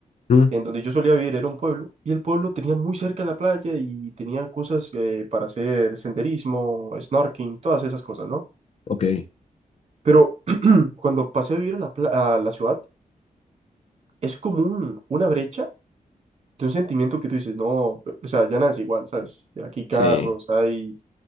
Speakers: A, on the left; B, on the right.
A: mm,
B: en donde yo solía vivir era un pueblo y el pueblo tenía muy cerca la playa y tenía cosas eh, para hacer senderismo, snorkeling, todas esas cosas, ¿no?
A: ok,
B: Pero <clears throat> cuando pasé a vivir a la, pla- a la ciudad, es como un- una brecha de un sentimiento que tú dices, no, pe- o sea, ya nada es igual, ¿sabes? Aquí hay carros,
A: sí.
B: hay,